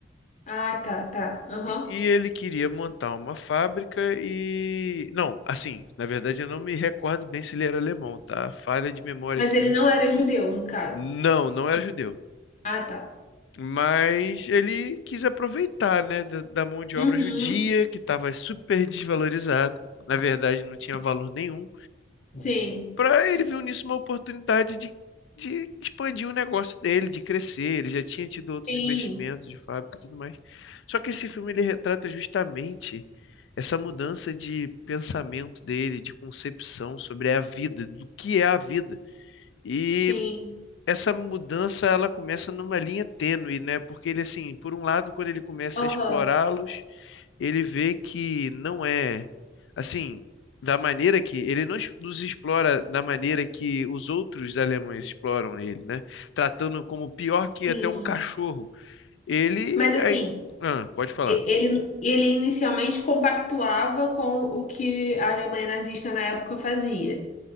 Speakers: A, on the left (about 40°); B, on the left (about 85°).
A: Ah, tá, tá. Aham.
B: E e ele queria montar uma fábrica e. Não, assim, na verdade eu não me recordo bem se ele era alemão, tá? Falha de memória
A: Mas
B: aqui.
A: ele não era judeu, no caso.
B: Não, não era judeu.
A: Ah, tá.
B: Mas ele quis aproveitar, né, da, da mão de obra
A: Uhum.
B: judia, que estava super desvalorizada, na verdade não tinha valor nenhum,
A: Sim,
B: para ele viu nisso uma oportunidade de, de expandir o negócio dele, de crescer. Ele já tinha tido outros
A: sim,
B: investimentos de fábrica e tudo mais. Só que esse filme ele retrata justamente essa mudança de pensamento dele, de concepção sobre a vida, do que é a vida. E
A: sim,
B: essa mudança ela começa numa linha tênue, né? Porque ele assim, por um lado, quando ele começa
A: aham,
B: a explorá-los, ele vê que não é assim, da maneira que ele não es- nos explora da maneira que os outros alemães exploram ele, né? Tratando como pior que
A: sim.
B: até um cachorro. Ele
A: Mas assim,
B: aí, ah, pode falar.
A: e- ele, ele inicialmente compactuava com o que a Alemanha nazista na época fazia.